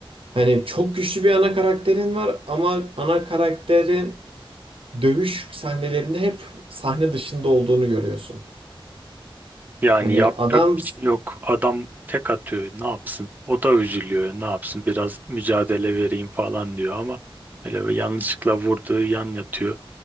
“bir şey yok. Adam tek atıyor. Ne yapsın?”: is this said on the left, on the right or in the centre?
Right